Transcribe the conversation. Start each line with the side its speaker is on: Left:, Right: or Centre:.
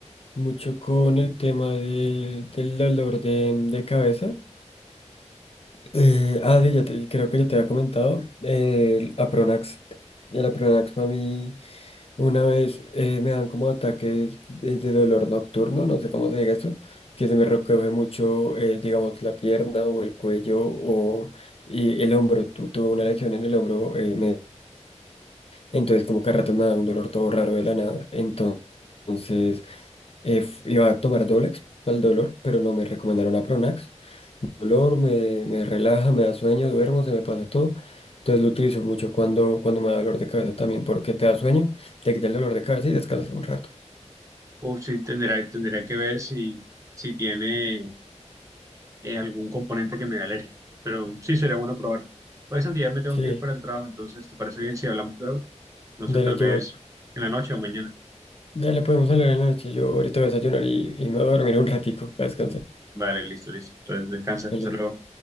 Left: mucho con el tema del del dolor de, de cabeza? Eh, ah, sí, ya te, creo que ya te había comentado eh, el Apronax. Y el Apronax a mí una vez eh, me dan como ataques de, de dolor nocturno, no sé cómo se diga eso, que se me recoge mucho, eh, digamos, la pierna o el cuello o y el hombro. Tu, tuve una lesión en el hombro, eh, me- entonces como que a ratos me da un dolor todo raro de la nada. Entonces eh, f- iba a tomar Dolex para el dolor, pero no me recomendaron Apronax dolor, me, me relaja, me da sueño, duermo, se me pasa todo. Entonces lo utilizo mucho cuando, cuando me da dolor de cabeza también, porque te da sueño, te quita el dolor de cabeza y descansas un rato.
Right: O si tendrá, tendría que ver si, si tiene eh, algún componente que me dé alergia. Pero sí sería bueno probarlo. Pues Santi, ya me tengo
Left: Sí,
Right: que ir para el trabajo, entonces ¿te parece bien si hablamos luego? No
Left: dale,
Right: sé, tal vez
Left: yo,
Right: en la noche o mañana.
Left: dale, podemos hablar en la noche. Yo ahorita voy a desayunar y, y me voy a dormir un ratico para descansar.
Right: Vale, listo, listo. Entonces descansa, hasta
Left: Dale.
Right: luego.